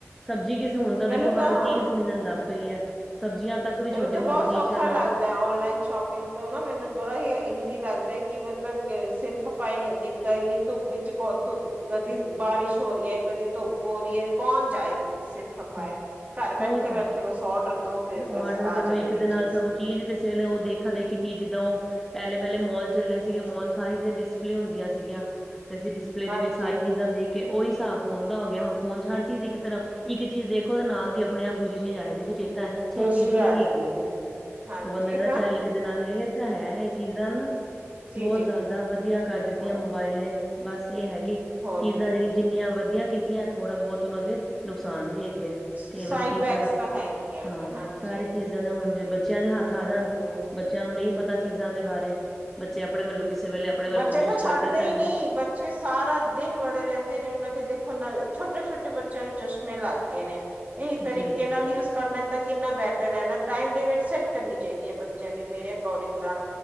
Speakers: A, in the centre; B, on the right.
A: ਸਬਜ਼ੀ ਕਿਸੇ ਹੁਣ ਤਾਂ
B: ਮੈਨੂੰ
A: ਦੇਖੋ ਹਰ ਚੀਜ਼
B: ਹਾਂ
A: ਮਿਲਣ ਲੱਗ ਪਈ ਹੈ ਸਬਜ਼ੀਆਂ ਤੱਕ ਵੀ
B: ਮੈਨੂੰ
A: ਛੋਟੀ-ਮੋਟੀ
B: ਤਾਂ ਬੋਤ ਸੌਖਾ
A: ਚੀਜ਼ ਚੱਲ
B: ਲਗ ਔਨਲਾਈਨ ਸ਼ੋਪਿੰਗ ਤੋਂ ਨਾ ਮੈਨੂੰ ਬੜਾ ਈ ਈਜ਼ੀ ਲੱਗਦਾ ਹੈ ਕਿ ਮਤਲਬ ਸਿਰ ਖਾਪਾਈ ਨੀ ਹੁੰਦੀ। ਤਾਂ ਇੰਨੀ ਧੁੱਪ ਵਿੱਚ ਧੁ ਕਦੀ ਬਾਰਿਸ਼ ਹੋ ਰਈ ਐ ਕਦੀ ਧੁੱਪ ਹੋ ਰਈ ਐ ਕੌਣ ਜਾਏ। ਸਿਰ ਖੱਪਏ
A: ਹਾਂ,
B: ਘਰ ਬੈਠੇ-ਬੈਠੇ
A: ਉਹੀ ਤਾਂ ਹੈ।
B: ਬਸ ਔਡਰ ਦੋ ਤੇ ਬਸ
A: ਆਰਡਰ
B: ਆ
A: ਕਰੋ
B: ਜਾਂਦੀ
A: ਇੱਕ
B: ਹੈ
A: ਦੇ
B: ਚੀਜ਼
A: ਨਾਲ ਸਗੋਂ ਚੀਜ਼ ਕਿਸੇ ਵੇਲੇ ਉਹ ਦੇਖਾ-ਦੇਖੀ ਚੀਜ਼ ਜਿੱਦਾਂ ਓ ਪੈਲੇ-ਪੈਲੇ ਮੋਲ ਚੱਲੇ ਸੀਗੇ
B: ਹਾਂਜੀ
A: ਮੋਲ 'ਚ ਸਾਰੀ ਚੀਜ਼ਾਂ ਡਿਸਪਲੇ ਹੁੰਦੀਆਂ ਸੀਗੀਆਂ ਤੇ ਅਸੀਂ ਡਿਸਪਲੇ ਦੇ
B: ਹਾਂਜੀ
A: ਵਿੱਚ ਸਾਰੀ ਚੀਜ਼ਾਂ ਦੇਖ ਕੇ ਉਹੀ ਹਿਸਾਬ ਫੋਨ ਦਾ ਹੋ ਗਿਆ ਹੁਣ ਫੋਨ 'ਚ ਹਰ ਚੀਜ਼ ਇੱਕ ਤਰਫ ਇੱਕ ਚੀਜ਼ ਦੇਖੋ ਤੇ ਨਾਲ ਦੀ ਆਪਣੇ ਆਪ ਦੂਜੀ ਚੀਜ਼ ਆ ਜਾਂਦੀ ਵੀ ਚੇਤਾ ਆ ਜਾਂਦੀਏ ਵੀ ਚੇਤਾ ਆਣਾ ਅੱਛਾ
B: ਦੂਸਰੀ
A: ਇਹ ਚੀਜ਼
B: ਆ
A: ਵੀ ਨੀ
B: ਜਾਂਦੀ
A: ਹੈਗੀ ਹੈ।
B: ਹਾਂਜੀ
A: ਤੇ ਬੰਦਾ ਕੈਂਦਾ ਚੱਲ ਇੱਕ ਦੇ ਨਾਲ ਇਹ ਤਾਂ ਹੈ ਇਹ ਚੀਜ਼ਾਂ ਨਾ
B: ਜੀ
A: ਬੋਤ
B: ਜੀ
A: ਜਾਦਾ ਵਧੀਆ ਕਰ ਦਿੱਤੀਆਂ
B: ਹਾਂ
A: ਮੋਬਾਇਲ ਨੇ ਬਸ ਇਹ ਹੈਗੀ ਕਿ
B: ਹੋਰ
A: ਚੀਜ਼ਾਂ
B: ਕੀ
A: ਜੇੜੀ ਜਿੰਨੀਆਂ ਵਧੀਆ ਕੀਤੀਆਂ ਥੋੜ੍ਹਾ ਬੋਤ ਉਹਨਾਂ ਦੇ ਨੁਕਸਾਨ ਵੀ ਹੈ। ਹੈਗੇ ਤੇ
B: ਸਾਈਡ
A: ਵਾਰੀ ਚੀਜ਼ਾਂ
B: ਬੈਗਸ ਤਾਂ ਹੈਗੀਆਂ
A: ਹਾਂ
B: ਤੇ ਹਾਂਜੀ
A: ਸਾਰੇ ਚੀਜ਼ ਦੇ ਹੁਣ ਜੇ ਬੱਚਿਆਂ ਦੇ ਹੱਥ ਆ ਜਾਣ
B: ਹਮ,
A: ਬੱਚਿਆਂ ਨੂੰ ਨਈ ਪਤਾ ਚੀਜ਼ਾਂ ਦੇ ਬਾਰੇ ਬੱਚੇ ਆਪਣੇ ਵੱਲੋਂ ਕਿਸੇ ਵੇਲੇ ਆਪਣੇ ਵੱਲ
B: ਬੱਚੇ
A: ਕੋਸ਼ਿਸ਼
B: ਤਾਂ ਛੱਡਦੇ
A: ਕਰਦੇ
B: ਹੀ
A: ਤਾ
B: ਨਹੀਂ
A: ਹੈ।
B: ਬੱਚੇ ਸਾਰਾ ਦਿਨ ਵੜੇ ਰੈਂਦੇ ਨੇ ਉਹਨਾਂ ਦੀ ਦੇਖੋ ਨਾ ਛੋਟੇ-ਛੋਟੇ ਬੱਚਿਆਂ ਨੂੰ ਚਸ਼ਮੇ ਲੱਗ ਗਏ ਨੇ। ਇਹੀ ਤਰੀਕੇ
A: ਜੀ, ਜੀ।
B: ਨਾਲ ਯੂਜ ਕਰ ਲੈਣ ਤਾਂ ਕਿੰਨਾ ਬੈਟਰ ਹੈ ਨਾ ਟਾਈਮ ਦੇ ਵਿੱਚ ਸੈਟ ਕਰਨੀ ਚਾਹੀਦੀ ਹੈ ਬਚ ਜਾਵੇ ਮੇਰੇ ਅਕੋਰਡਿੰਗ ਤਾਂ